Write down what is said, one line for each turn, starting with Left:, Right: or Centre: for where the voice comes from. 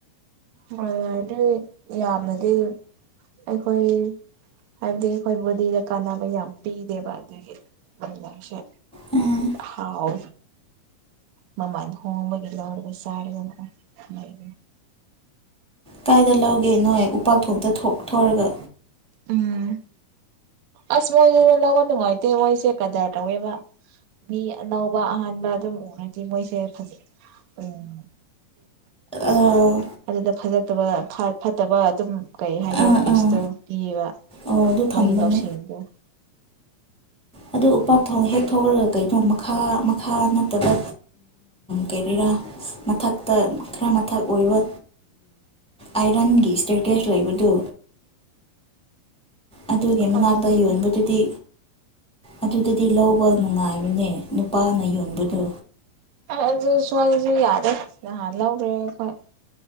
Right: ꯃꯂꯥꯔꯗꯤ ꯌꯥꯝꯅꯗꯤ ꯑꯩꯈꯣꯏ ꯍꯥꯏꯕꯗꯤ ꯑꯩꯈꯣꯏ ꯕꯣꯗꯤꯗ ꯀꯥꯟꯅꯕ ꯌꯥꯝ ꯄꯤꯗꯦꯕ ꯑꯗꯨꯒꯤ ꯃꯣꯂꯔꯁꯦ
Centre: ꯎꯝ
Right: ꯍꯥꯎ ꯃꯃꯥꯅ ꯍꯣꯡꯕꯒꯤ ꯂꯧꯔꯒ ꯆꯔꯒꯅ ꯂꯩ
Centre: ꯀꯥꯏꯗ ꯂꯧꯒꯦ ꯅꯣꯏ ꯎꯄꯥꯛ ꯊꯣꯛꯇ ꯊꯣꯔꯒ
Right: ꯎꯝ ꯑꯁ ꯃꯣꯏꯗꯨꯗ ꯂꯧꯕ ꯅꯨꯡꯉꯥꯏꯇꯦ ꯃꯣꯏꯁꯦ ꯀꯗꯥꯏ ꯂꯧꯋꯦꯕ ꯃꯤ ꯑꯅꯧꯕ ꯑꯍꯥꯟꯕ ꯑꯗꯨꯝ ꯎꯉꯗꯦ ꯃꯣꯏꯁꯦ ꯎꯝ
Centre: ꯑꯥ
Right: ꯑꯗꯨꯗ ꯐꯖꯠꯇꯕ ꯐꯠꯇꯕ ꯑꯗꯨꯝ ꯀꯩ ꯍꯥꯏꯗꯣꯏꯔꯥ
Centre: ꯑꯥ
Right: ꯄꯤꯛꯁꯇꯣ
Centre: ꯑꯥ
Right: ꯄꯤꯕ
Centre: ꯑꯣ ꯑꯗꯨ ꯊꯝꯕꯅꯦ
Right: ꯃꯣꯏꯒꯤ ꯂꯧꯁꯤꯡ ꯀꯗ
Centre: ꯑꯗꯨ ꯎꯄꯥꯛ ꯊꯣꯡ ꯍꯦꯛ ꯊꯣꯛꯈ꯭ꯔꯒ ꯀꯩꯅꯣ ꯃꯈꯥ ꯃꯈꯥ ꯅꯠꯇꯕ ꯀꯔꯤꯔꯥ ꯃꯊꯛꯇ ꯈꯔ ꯃꯊꯛ ꯑꯣꯏꯕ ꯑꯥꯏꯔꯟꯒꯤ ꯏꯁꯇꯔꯀꯦꯖ ꯂꯩꯕꯗꯨ ꯑꯗꯨꯒꯤ
Right: ꯈꯪꯗꯦ
Centre: ꯃꯅꯥꯛꯇ ꯌꯣꯟꯕꯗꯨꯗꯤ ꯑꯗꯨꯗꯗꯤ ꯂꯧꯕ ꯅꯨꯡꯉꯥꯏꯕꯅꯦ ꯅꯨꯄꯥꯅ ꯌꯣꯟꯕꯗꯨ
Right: ꯑꯗꯨ ꯁ꯭ꯋꯥꯏꯗꯁꯨ ꯌꯥꯗꯦ ꯅꯍꯥꯟ ꯂꯧꯈ꯭ꯔꯦ ꯑꯩꯣꯏ